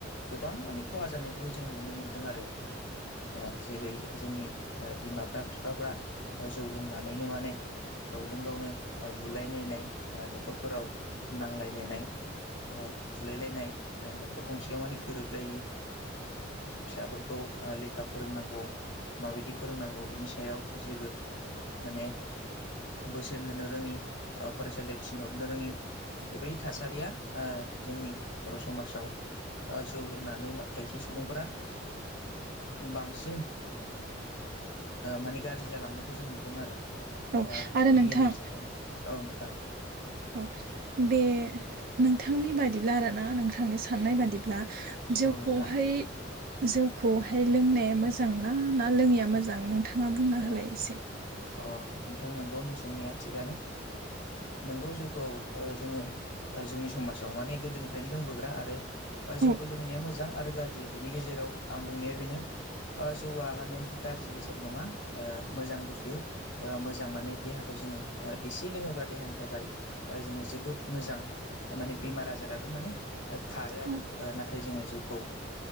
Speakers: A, on the left (about 85°); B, on the right (about 50°).
A: गोबां माने खहा जानायखौबो जों नुनो मोन्दों आरो ओ जेरै जोंनि ओ बिमाफ्रा बिफाफ्रा जौ लोंनानैनो माने गावजों गावनो बुलायलायनाय नखरफोराव नांज्लायलायनाय बुलायलायनाय नखर गंसेयाव माने गोरोबलायि फिसाफोरखौ लेखा फोरोंनांगौ माबायदि फोरोंनांगौ बिनि सायावै आयाव जेबो माने बोसोन होनो रोङि फरायसालियाव थिनहरनो रोङि बेबायदि थासारिया जोंनि बर' समाजाव जौ लोंनानै खायसे सुबुंफोरा बांसिन माने गाज्रि जालांनायखौ जों नुदों आरो
B: औ आरो
A: बेनि
B: नोंथां
A: गेजेरजों माने औ नोंथां
B: औ बे नोंथांनि बादिब्ला आरोना नोंथांनि साननाय बादिब्ला जौखौहाय
A: औ नोंथां
B: जौखौहाय लोंनाया मोजांनाा ना लोङैया मोजां न नोंथाङा बुंना
A: औ
B: होलाय एसे
A: अ नोंथां नोंगौ नों सोंनिया थिगानो नोंगौ जउखौ जोङो जोंनि समाजाव माने गोदोनिफ्रायनो लोंबोग्रा आरो ज
B: औ
A: फोरोंनाया मोजां आरो गाज्रि बिनि गेजेराव आं बुंनाया बेनो जौवआ माने गाज्रि बेसाद नङा मोजां बुस्थु मोजां माने देहाखौ जोङो एसे लोङोब्ला देहानि थाखाय जोङो जोबोद मोजां माने बेमार आजाराबो माने खारो
B: औ
A: आरो नाथाय जोङो जौखौ